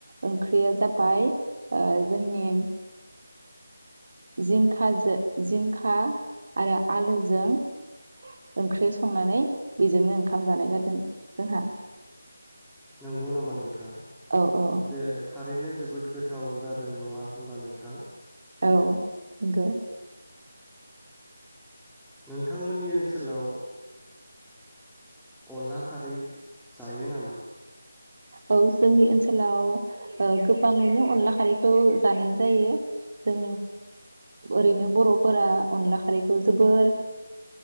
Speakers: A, on the right; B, in the centre.
A: ओंख्रिया जाबाय ओ जोंनि जिंखाजो जिंखा आरो आलुजों ओंख्रि संनानै बेजोंनो ओंखाम जानाय जादों जोंहा।
B: नंगौ नामा नोंथां?
A: औ औ
B: बे थारैनो जोबोद गोथाव जादों नङा होनबा नोंथां
A: औ नंगौ।
B: नोंथांमोननि ओनसोलाव अनला खारै जायो नामा?
A: औ जोंनि ओनसोलाव गोबाङैनो अनला खारैखौ जानाय जायो जों ओरैनो बर'फोरा अनला खारैखौ जोबोर